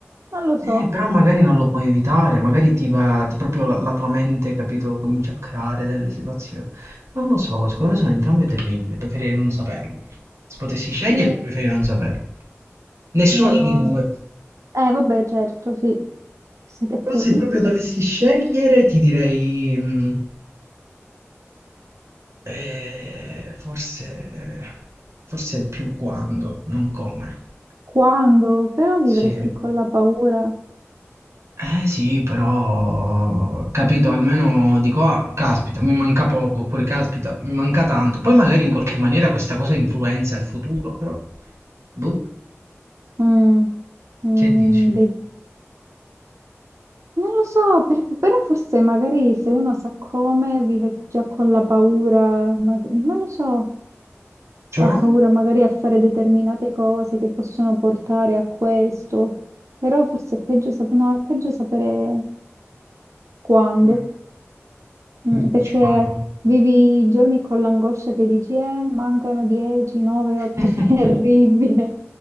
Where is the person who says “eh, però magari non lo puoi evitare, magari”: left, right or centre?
Right